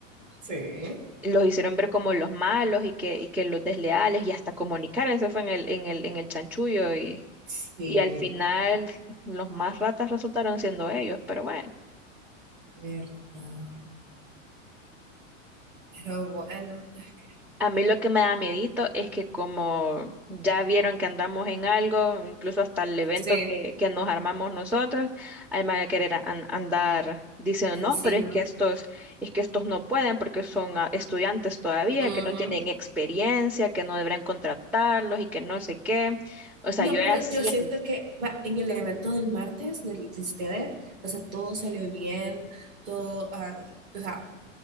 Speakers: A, on the right; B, in the centre.
A: sí,
B: los hicieron ver como los malos y que, y que los desleales y hasta comunicar, eso fue en el, en el, en el chanchullo y,
A: sí,
B: y al final los más ratas resultaron siendo ellos, pero bueno,
A: verdad. Pero bueno, es que
B: A mí lo que me da medito es que como ya vieron que andamos en algo, incluso hasta el evento
A: sí,
B: que, que nos armamos nosotros, ahí me van a querer an- andar diciendo,
A: encima.
B: no, pero es que estos, es que estos no pueden porque son ah, estudiantes todavía,
A: ujú.
B: que no tienen experiencia, que no deberían contratarlos y que no sé qué. O sea,
A: No,
B: yo
A: pero
B: ya siento,
A: yo siento que va, en el evento del martes, del, de ustedes, o sea, todo salió bien, todo, ah, o sea,